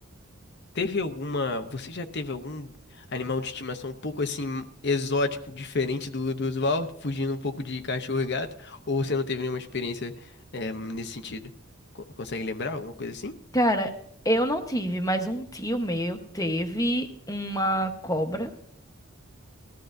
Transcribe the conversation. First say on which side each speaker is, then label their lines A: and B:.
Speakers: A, on the left (about 50°); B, on the left (about 15°).
A: Teve alguma. Você já teve algum animal de estimação um pouco assim exótico, diferente do, do usual, fugindo um pouco de cachorro e gato? Ou você não teve nenhuma experiência eh, nesse sentido? Co- Consegue lembrar alguma coisa assim?
B: Cara, eu não tive, mas um tio meu teve uma cobra.